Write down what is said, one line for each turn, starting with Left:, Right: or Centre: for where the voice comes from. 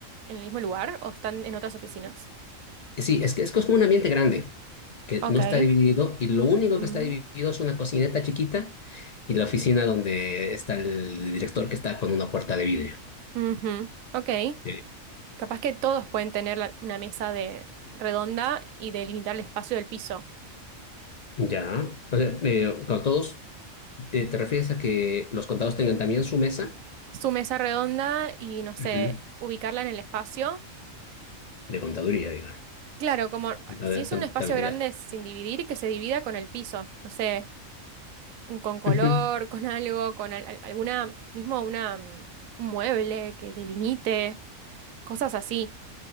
Right: en el mismo lugar o están en otras oficinas?
Left: Sí, es que es que es como un ambiente grande, que
Right: Ok.
Left: no está dividido y lo único
Right: Mm,
Left: que está dividido es una cocineta chiquita y la oficina donde está el director que está con una puerta de vidrio.
Right: ujú, Ok.
Left: Eh,
Right: Capaz que todos pueden tener la- una mesa de redonda y delimitar el espacio del piso.
Left: Ya, o sea, eh, con todos, eh, ¿te refieres a que los contados tengan también su mesa?
Right: Su mesa redonda y no sé,
Left: Ujú.
Right: ubicarla en el espacio.
Left: De contaduría, digo,
Right: Claro, como
Left: de
Right: si es
Left: contabilidad.
Right: un espacio grande sin dividir, que se divida con el piso. No sé. con color,
Left: Ujú.
Right: con algo, con al- al- alguna, mismo una, mm, un mueble que delimite, cosas así,